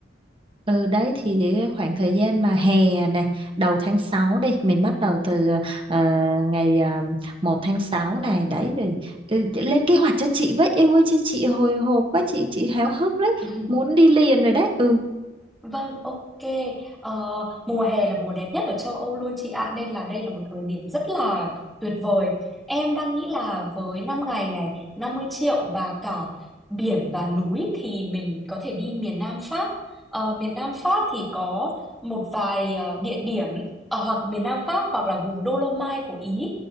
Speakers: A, on the right; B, in the centre.
A: Ừ đấy thì cái khoảng thời gian mà hè này đầu tháng 6 đi mình bắt đầu từ ờ, ngày uh, 1 tháng 6 này đấy rồi ừ, lên kế hoạch cho chị với yêu ơi chứ chị hồi hộp quá chị chị háo hức đấy
B: <laughs>
A: muốn đi liền rồi đấy ừ
B: Vâng, ok. Ờ, mùa hè là mùa đẹp nhất ở châu Âu luôn chị ạ, nên là đây là một thời điểm rất là tuyệt vời. Em đang nghĩ là với 5 ngày này, 50 triệu và cả biển và núi thì mình có thể đi miền Nam Pháp. Ờ, miền Nam Pháp thì có một vài ờ, địa điểm ở hoặc miền Nam Pháp hoặc là vùng Dolomite của Ý.